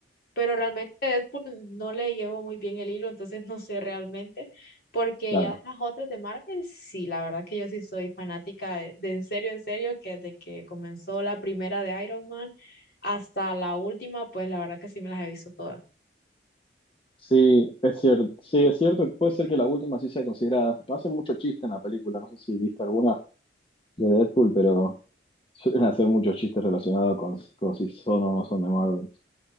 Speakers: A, on the left; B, on the left.
A: pero realmente Deadpool no le llevo muy bien el hilo, entonces <laughs> no sé realmente, porque
B: Claro.
A: ya de las otras de Marvel, sí, la verdad que yo sí soy fanática de, de en serio, en serio, que desde que comenzó la primera de Iron Man hasta la última, pues la verdad que sí me las he visto todas.
B: Sí, es cierto. Sí, es cierto que puede ser que la última sí sea considerada. hacen mucho chiste en la película, no sé si viste alguna de Deadpool, pero suelen hacer muchos chistes relacionados con, con si son o no son de Marvel.